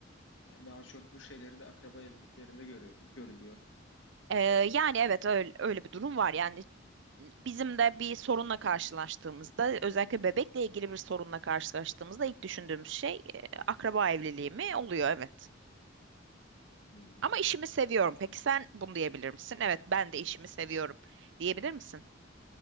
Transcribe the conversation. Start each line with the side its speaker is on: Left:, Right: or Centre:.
Left: e, daha çok bu şeyleri de akraba evliliklerinde görüyor, görülüyor.
Right: Ee, yani evet öyle, öyle bir durum var. Yani bizim de bir sorunla karşılaştığımızda, özellikle bebekle ilgili bir sorunla karşılaştığımızda ilk düşündüğümüz şey e, akraba evliliği mi oluyor? Evet.
Left: Hmm.
Right: Ama işimi seviyorum. Peki sen bunu diyebilir misin? Evet, ben de işimi seviyorum diyebilir misin?